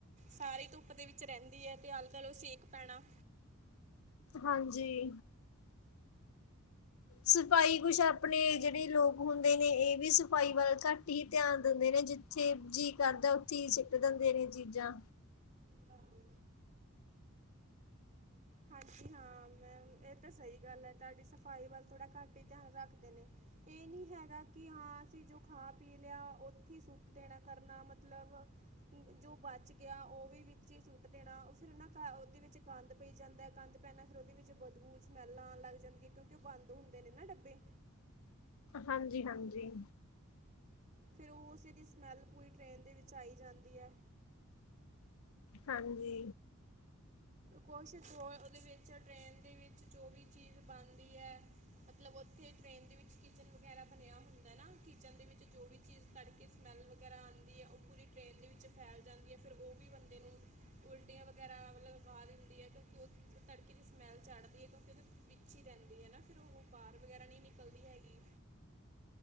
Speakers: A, on the right; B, on the left.
A: ਸਾਰੀ ਧੁੱਪ ਦੇ ਵਿੱਚ ਰੈਂਦੀ ਐ ਤੇ ਆਲੋਂ ਦਾਲੋਂ ਸੇਕ ਪੈਨਾ।
B: ਹਾਂਜੀ। ਸਫਾਈ ਕੁਛ ਆਪਨੇ
A: ਹਾਂ
B: ਜੇੜੇ ਲੋਕ ਹੁੰਦੇ ਨੇ ਏ ਵੀ ਸਫ਼ਾਈ ਵੱਲ ਘੱਟ ਹੀ ਧਿਆਨ ਦਿੰਦੇ ਨੇ ਜਿੱਥੇ ਜੀਅ ਕਰਦਾ ਓਥੀ ਹੀ ਸਿੱਟ ਦਿੰਦੇ ਨੇ ਚੀਜ਼ਾਂ।
A: ਧਰਦੋ ਹਾਂਜੀ ਹਾਂ ਮੈਮ ਏ ਤਾਂ ਸਈ ਗੱਲ ਐ ਤਾਡੀ ਸਫ਼ਾਈ ਵੱਲ ਥੋੜਾ ਘੱਟ ਈ ਧਿਆਨ ਰੱਖਦੇ ਨੇ। ਏ ਨੀ ਹੈਗਾ ਕੀ ਹਾਂ ਅਸੀਂ ਜੋ ਖਾ ਪੀ ਲਿਆ ਓਥੀ ਸੁੱਟ ਦੇਨਾ ਕਰਨਾ ਮਤਲਬ ਜੋ ਬਚ ਗੇਆ ਓ ਵੀ ਵਿ ਵਿਚੀ ਸੁੱਟ ਦੇਨਾ ਓ ਫਿਰ ਨਾ ਓਦੇ ਵਿੱਚ ਗੰਦ ਪਈ ਜਾਂਦਾ ਗੰਦ ਪੈਨਾ ਫਿਰ ਓਦੇ ਵਿੱਚ ਬਦਬੂ ਜ- ਸਮੈਲ ਆਨ ਲੱਗ ਜਾਂਦੀ ਆਂ ਕਿਓਂਕਿ ਓ ਬੰਦ ਹੁੰਦੇ ਨੇ ਨਾ ਡੱਬੇ।
B: ਹਾਂਜੀ-ਹਾਂਜੀ।
A: ਫੇਰ ਓਸੇ ਦੀ ਸਮੈੱਲ ਪੂਰੀ ਟਰੇੇਨ ਦੇ ਵਿੱਚ ਆਈ ਜਾਂਦੀ ਐ।
B: ਹਾਂਜੀ।
A: ਕੁਛ ਹੋਰ ਓਦੇ ਵਿੱਚ ਟ੍ਰਰੇਨ ਦੇ ਵਿੱਚ ਜੋ ਵੀ ਚੀਜ਼ ਬਨਦੀ ਐ ਮਤਲਬ ਓਥੇ ਟ੍ਰੇਨ ਦੇ ਵਿੱਚ ਕਿਚਨ ਵਗੈਰਾ ਬਨੇਆ ਹੁੰਦਾ ਨਾ ਕਿਚਨ ਦੇ ਵਿੱਚ ਜੋ ਵੀ ਚੀਜ਼ ਤੜਕੇ ਸਮੈੱਲ ਵਗੈਰਾ ਆਂਦੀ ਐ ਓ ਪੂਰੀ ਟ੍ਰਰੇਨ ਦੇ ਵਿੱਚ ਫੈਲ ਜਾਂਦੀ ਐ ਫੇਰ ਓ ਵੀ ਬੰਦੇ ਨੂੰ ਉਲਟੀਆਂ ਵਗੈਰਾ ਮਤਲਬ ਲਗਾ ਦਿੰਦੀ ਏ ਕਿਓਂਕਿ ਓ ਤੜਕੇ ਦੀ ਸਮੈੱਲ ਚੜਦੀ ਐ ਕਿਓਂਕਿ ਓਦੇ ਵਿੱਚ ਈ ਰੈਂਦੀ ਐ ਨਾ ਫਿਰ ਓ ਬਾਰ ਵਗੈਰਾ ਨੀ ਨਿਕਲਦੀ ਹੈਗੀ।